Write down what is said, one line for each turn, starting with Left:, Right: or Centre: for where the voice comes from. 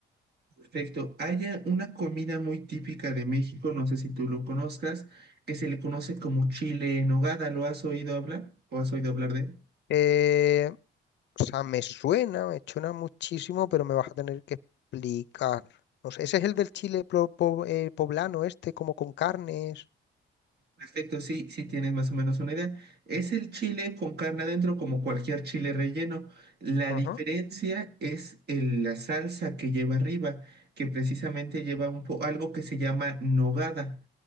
Right: Perfecto. Hay eh, una comida muy típica de México, no sé si tú lo conozcas, que se le conoce como chile en nogada. ¿Lo has oído hablar? ¿O has oído hablar de él?
Left: Eh, o sea, me suena, me suena muchísimo, pero me vas a tener que explicar. No sé, ese es el del chile pro- po- eh, poblano, este, como con carnes.
Right: Perfecto, sí, sí tienes más o menos una idea. Es el chile con carne adentro como cualquier chile relleno. La
Left: Ajá.
Right: diferencia es el- la salsa que lleva arriba, que precisamente lleva un po- algo que se llama nogada.